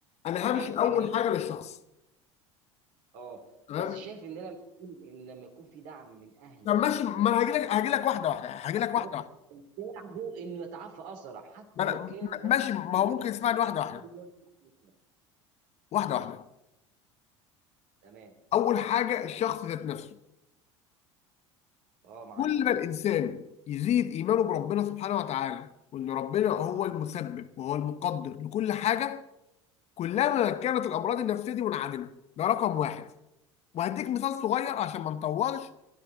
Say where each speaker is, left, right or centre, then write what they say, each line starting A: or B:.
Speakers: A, on the left (about 45°); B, on the right (about 60°).
A: انا همشي
B: شايف
A: اول
B: ان ال-
A: حاجه للشخص
B: اه
A: تمام
B: بس شايف ان لما يكون ان لما يكون في دعم من اهلي
A: طب ماشي
B: واصدقائي
A: ما انا هاجي لك هاجي لك واحده واحده هاجي لك
B: ده
A: واحده واحده
B: يساعده انه يتعافى اسرع حتى
A: ما انا
B: لو كان
A: م-
B: برضه
A: ماشي ما
B: كتير
A: هو ممكن
B: بس
A: يسمعني
B: هو
A: واحده
B: هيساعده
A: واحده
B: انه يتعافى اسرع
A: واحده واحده
B: تمام
A: اول حاجه الشخص ذات نفسه
B: اه معاك
A: كل ما الانسان يزيد ايمانه بربنا سبحانه وتعالى وان ربنا هو
B: تمام.
A: المسبب وهو المقدر لكل حاجه كلما كانت الامراض النفسيه دي منعدمه ده رقم واحد وهديك مثال صغير عشان ما نطولش